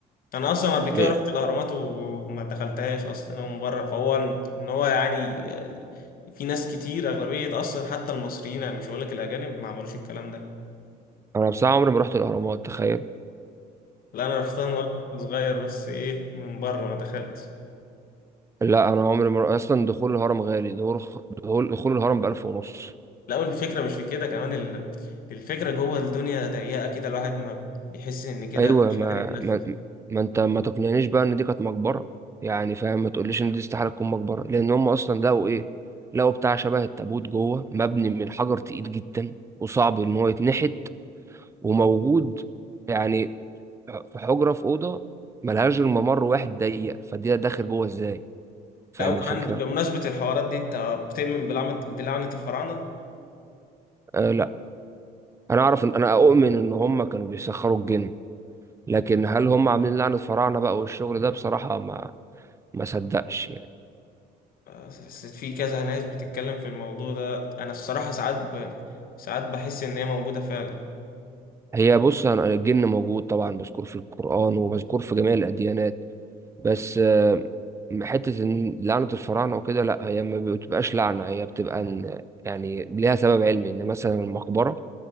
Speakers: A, on the left (about 60°); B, on the right (about 15°).
A: أنا أصلا قبل كده
B: ليه؟
A: رحت الأهرامات وما دخلتهاش أصلا هو من بره فهو إن هو يعني آه، في ناس كتير أغلبية أصلا حتى المصريين يعني مش هقولك الأجانب ما عملوش الكلام ده
B: انا بصراحه عمري ما رحت الاهرامات تخيل
A: لا أنا رحتها مرة وأنا صغير بس إيه من بره ما دخلتش
B: لا انا عمري ما اصلا دخول الهرم غالي دخول دخول دخول الهرم بألف ونص
A: لا والفكرة مش في كده كمان ال- الفكرة جوه الدنيا ضيقة كده الواحد ما بيحس إن كده
B: ايوه
A: مش
B: ما
A: قادر يتنفس
B: ما ما انت ما تقنعنيش بقى ان دي كانت مقبره يعني فاهم ما تقوليش ان دي استحاله تكون مقبره لان هم اصلا لقوا ايه لقوا بتاع شبه التابوت جوه مبني من حجر تقيل جدا وصعب ان هو يتنحت وموجود يعني في حجره في اوضه ملهاش غير ممر واحد ضيق فدي داخل جوه ازاي فاهم
A: لا وكمان
B: الفكره
A: بمناسبة الحوارات دي أنت بتؤمن بلعنة بلعنة الفراعنة؟
B: آه لا انا اعرف ان انا اؤمن ان هم كانوا بيسخروا الجن لكن هل هم عاملين لعنة فراعنة بقى والشغل ده بصراحة ما ما صدقش يعني
A: حسيت في كذا ناس بتتكلم في الموضوع ده انا الصراحة ساعات ب... ساعات بحس ان هي موجودة فعلا
B: هي بص أنا- الجن موجود طبعا مذكور في القرآن ومذكور في جميع الأديانات بس آه، حتة إن لعنة الفراعنة وكده لا هي ما بتبقاش لعنة هي بتبقى إن يعني ليها سبب علمي إن مثلا المقبرة